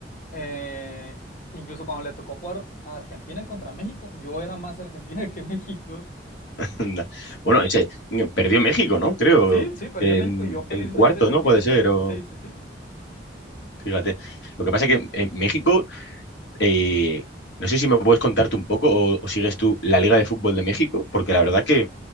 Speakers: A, on the left; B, on the left.
A: eh, incluso cuando le tocó jugar a Argentina contra México, yo era más Argentina <laughs> que México.
B: Anda. Bueno, ese mm, perdió México, ¿no? Creo,
A: Sí, sí, perdió
B: en,
A: México y yo felizmente
B: en cuarto,
A: de
B: ¿no?
A: que
B: Puede
A: haya
B: ser,
A: perdido.
B: o
A: Sí, sí, sí,
B: fíjate. Lo que pasa es que en México, eh, no sé si me puedes contarte un poco o, o sigues tú la Liga de Fútbol de México, porque la verdad que